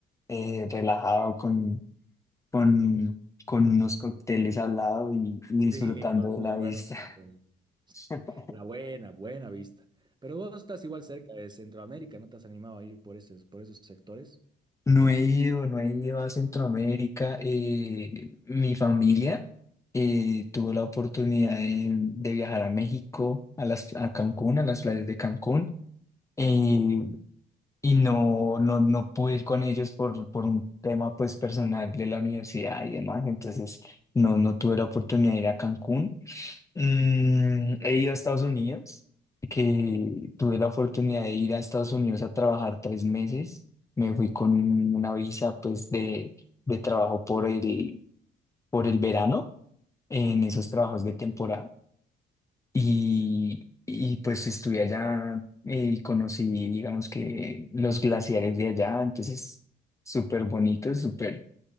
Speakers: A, on the left (about 15°); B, on the right (about 20°).
A: eh, relajado con, con, con unos cócteles al lado y, y disfrutando
B: Sí, con unos
A: de la
B: buenos
A: vista.
B: cócteles.
A: <laughs>
B: La buena, buena vista. Pero vos estás igual cerca de Centroamérica, ¿no te has animado a ir por esos, por esos sectores?
A: No he ido, no he ido a Centroamérica. eh, mi familia eh, tuvo la oportunidad de, de viajar a México, a las, a Cancún, a las playas de Cancún. eh, y no, no, no pude ir con ellos por, por un tema pues personal de la universidad y demás. Entonces no, no tuve la oportunidad de ir a Cancún. Mm, he ido a Estados Unidos, que tuve la oportunidad de ir a Estados Unidos a trabajar tres meses. Me fui con una visa pues de, de trabajo por el, por el verano en esos trabajos de temporada. Y,
B: Sí.
A: y pues estuve allá eh, y conocí, digamos que los glaciares de allá, entonces súper bonitos, súper,